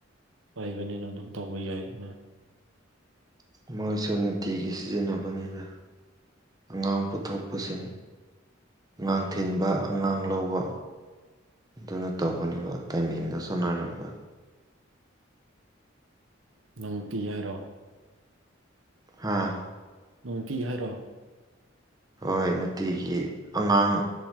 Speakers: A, on the right (about 85°); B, on the right (about 20°).
A: ꯑꯣꯏꯕꯅꯤꯅ ꯑꯗꯨꯝ ꯇꯧꯕ ꯌꯥꯏꯗꯅ
B: ꯃꯣꯏꯁꯨ ꯅꯨꯡꯇꯤꯒꯤ ꯁꯤꯖꯤꯟꯅꯕꯅꯤꯗ ꯑꯉꯥꯡ ꯄꯨꯊꯣꯛ ꯄꯨꯁꯤꯟ ꯉꯥꯡ ꯊꯤꯟꯕ ꯑꯉꯥꯡ ꯂꯧꯕ ꯑꯗꯨꯅ ꯇꯧꯕꯅꯦꯕ ꯇꯥꯏꯃꯤꯡꯗ ꯁꯥꯟꯅꯔꯣꯏꯕ
A: ꯉꯪꯇꯤ ꯌꯥꯔꯣ
B: ꯍꯥꯥ
A: ꯅꯨꯡꯇꯤ ꯍꯥꯏꯔꯣ
B: ꯍꯣꯏ ꯅꯨꯡꯇꯤꯒꯤ ꯑꯉꯥꯡ